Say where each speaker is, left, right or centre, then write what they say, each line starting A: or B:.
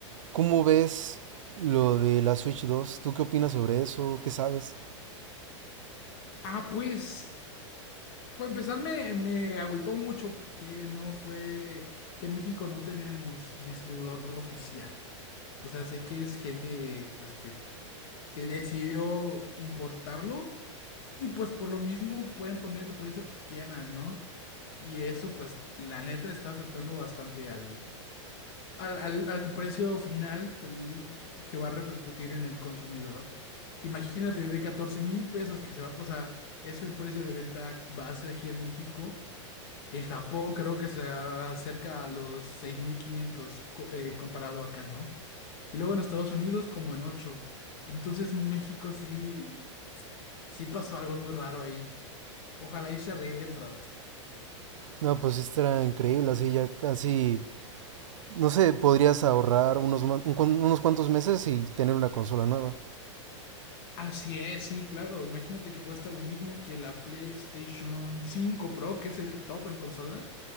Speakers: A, on the right (about 80°); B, on the left (about 50°).
A: ¿cómo ves lo de la Switch dos ¿Tú qué opinas sobre eso? ¿Qué sabes?
B: Ah, pues. Para empezar, me, me agüitó mucho que no fue, que en México no tenemos distribuidor oficial. O sea, sé que es gente pues que, que decidió importarlo y pues por lo mismo pueden poner el precio que quieran, ¿no? Y eso pues la neta está afectando bastante al, al, al- al precio final el- que va a repercutir en el consumidor. Imagínate de catorce mil pesos que se va a pasar, es el precio de venta base aquí en México en Japón creo que se acerca a los 6.500 co- eh, comparado acá, ¿no? Y luego en Estados Unidos como en 8. Entonces México sí, sí pasó algo muy raro ahí. Ojalá y se arregle pronto.
A: No, pues esto era increíble, así ya casi, no sé, podrías ahorrar unos, ma- un cuan- unos cuantos meses y tener una consola nueva.
B: Así es, sí, claro. Imagínate que cuesta lo mismo que la PlayStation 5 Pro, que es el top en consola,